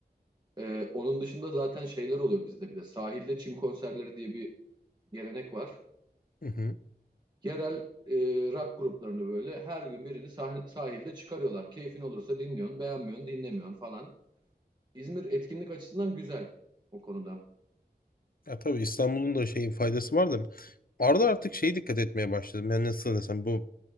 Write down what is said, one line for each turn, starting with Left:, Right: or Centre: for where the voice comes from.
Right: Ee, onun dışında zaten şeyler oluyor bizde bir de. Sahilde çim konserleri diye bir gelenek var.
Left: hı hı.
Right: Yerel e, rock gruplarını böyle her gün birini sah- sahilde çıkarıyorlar. Keyfin olursa dinliyorsun, beğenmiyorsun, dinlemiyorsun falan. İzmir etkinlik açısından güzel o konuda.
Left: Ya tabii İstanbul'un da şeyin faydası var da. Arada artık şey dikkat etmeye başladım. Ben nasıl desem bu